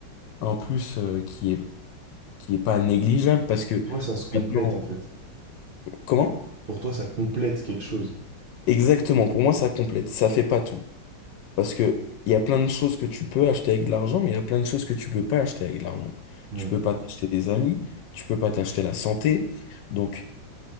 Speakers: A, on the left; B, on the right.
A: un plus, euh, qui est, qui est pas négligeable parce que
B: Pour toi, ça se complète
A: maintenant,
B: en fait.
A: comment?
B: Pour toi, ça complète quelque chose.
A: Exactement, pour moi, ça complète, ça fait pas tout. Parce que il y a plein de choses que tu peux acheter avec de l'argent, mais il y a plein de choses que tu peux pas acheter avec de l'argent.
B: Mhm.
A: Tu peux pas t'acheter des amis, tu peux pas t'acheter la santé. Donc,